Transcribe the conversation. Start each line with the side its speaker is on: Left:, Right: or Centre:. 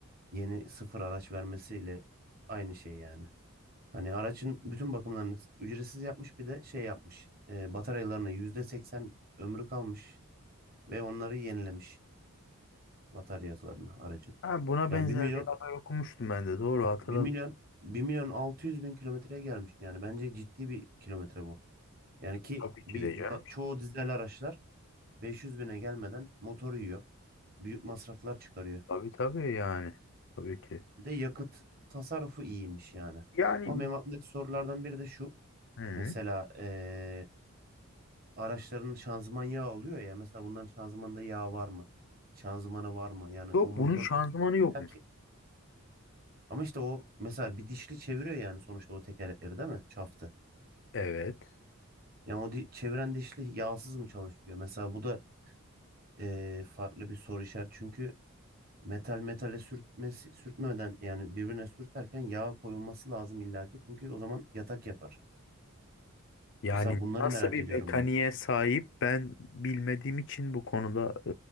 Right: yeni sıfır araç vermesiyle aynı şey yani. Hani aracın bütün bakımlarını ücretsiz yapmış bir de şey yapmış. Ee, bataryalarını %80 ömrü kalmış ve onları yenilemiş bataryasını aracın.
Left: Ha, buna
Right: Yani
Left: benzer
Right: bir milyon
Left: bir haber okumuştum ben de. Doğru hatırladım.
Right: bir milyon bir milyon altı yüz bin kilometreye gelmiş. Yani bence ciddi bir kilometre bu. Yani ki
Left: Tabii
Right: bir
Left: ki de
Right: ba-
Left: canım.
Right: çoğu dizel araçlar 500 bine gelmeden motor yiyor. Büyük masraflar çıkarıyor.
Left: Tabii tabii yani. Tabii ki.
Right: Bir de yakıt tasarrufu iyiymiş yani.
Left: Yani
Right: Ama benim aklımdaki sorulardan biri de şu.
Left: hı.
Right: Mesela eee, araçların şanzıman yağı oluyor ya. Mesela bunların şanzımanda yağ var mı? Şanzımanı var mı? Yani
Left: Yok
Right: o motor
Left: bunun şanzımanı yokmuş.
Right: illaki Ama işte o mesela bir dişli çeviriyor yani sonuçta o tekerlekleri değil mi? Çaftı.
Left: Evet.
Right: Yani o di- çeviren dişli yağsız mı çalışıyor? Mesela bu da eee, farklı bir soru işareti. Çünkü metal metale sürtmesi, sürtmeden yani birbirine sürterken yağ koyulması lazım illaki. Çünkü o zaman yatak yapar.
Left: Yani
Right: Mesela bunları
Left: nasıl
Right: merak
Left: bir
Right: ediyorum
Left: mekaniğe
Right: ben.
Left: sahip ben bilmediğim için bu konuda